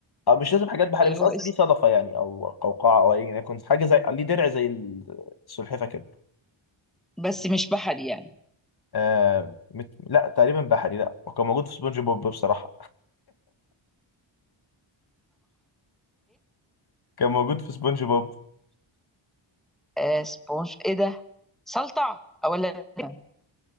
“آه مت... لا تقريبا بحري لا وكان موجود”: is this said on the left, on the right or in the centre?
Left